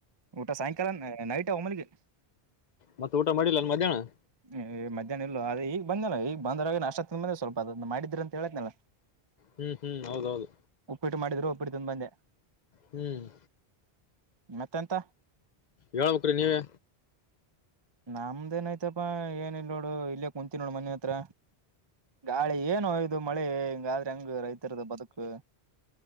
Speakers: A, on the right; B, on the left.
A: ಊಟ ಸಾಯಂಕಾಲ ನೈಟ್ ಅವಮಲಿಗೆ
B: ಮತ್ತ ಊಟ ಮಾಡಿಲ್ಲ ಯೆನ್ ಮಧ್ಯಾಹನ
A: ಏ್ ಮಧ್ಯಾಹ್ನ ಇಲ್ಲ ಅ ಈಗ ಬಂದ್ನಲ್ಲ ಈಗ ಬಂದ್ರಾಗ ನಷ್ಟ ಅ ಮಂದೆ ಸ್ವಲ್ಪ ಅದ ಮಾಡಿದ್ರಿ ಅಂತ ಹೇಳೇತ್ನಲ್ಲ
B: ಹ್ಮ್ ಹ್ಮ್ ಹೌದೌದು
A: ಟ್ಟು ಮಾಡಿದ್ರು ಒಬ್ಟ್ಟ ತಿಂದು ಬಂದೆ
B: ಹ್ಮ್
A: ಮತ್ತೆ ಎಂತ
B: ಹೇಳಬೆಕ್ರಿ ನೀವೇ
A: ನಮ್ದೇನ ಆಯ್ತಪಾ ಏನ ಇಲ್ ನೋಡು ಇಲ್ಲೇ ಕುಂತೀ ನೋಡು ಮನೆ ಹತ್ರ ಗಾಳಿ ಏನುಯದು ಮಳೆ ಹಿಂಗಲ್ ಟಂಗ ರೈತರದ ಬದುಕು